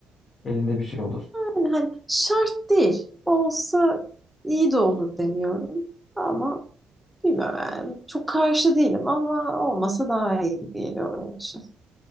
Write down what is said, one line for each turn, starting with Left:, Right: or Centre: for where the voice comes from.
Left: Elinde bir şey olur.
Centre: Yani hani şart değil. Olsa iyi de olur demiyorum. Ama bilmiyorum yani. Çok karşı değilim ama olmasa daha iyi gibi geliyor benim için.